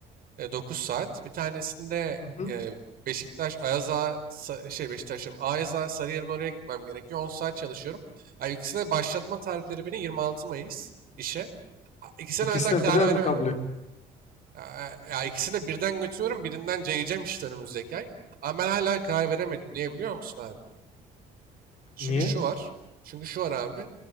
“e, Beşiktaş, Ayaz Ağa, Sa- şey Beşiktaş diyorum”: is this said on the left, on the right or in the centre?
Right